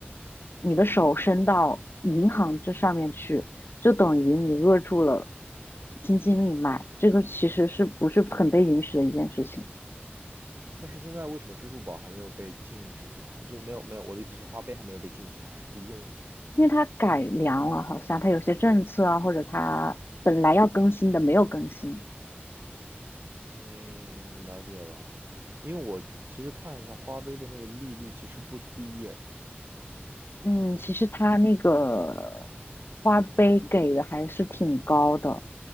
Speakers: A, on the left (about 65°); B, on the right (about 60°).
A: 你的手伸到银行这上面去，就等于你扼住了经济命脉，这个其实是不是很被允许的一件事情？
B: 但是现在为什么支付宝还没有被禁止呢？还就没有没有，我的意思是花呗还没有被禁止呢，还是可以用的。
A: 因为它改良了，好像它有些政策啊，或者它本来要更新的没有更新。
B: 嗯，了解了。因为我其实看了一下花呗的那个利率，其实不低诶。
A: 嗯，其实它那个花呗给的还是挺高的。